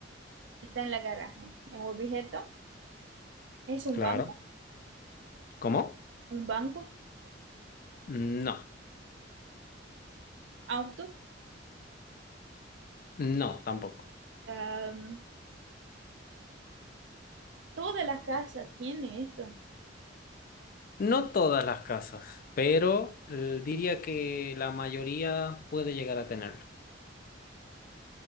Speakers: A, on the right (about 75°); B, on the left (about 50°).
A: está en la garaje. es un objeto es un
B: claro.
A: banco,
B: ¿Cómo?
A: un banco,
B: No,
A: auto.
B: no, tampoco.
A: Am, toda la casa tiene esto.
B: No todas las casas, pero eh, diría que la mayoría puede llegar a tenerlo.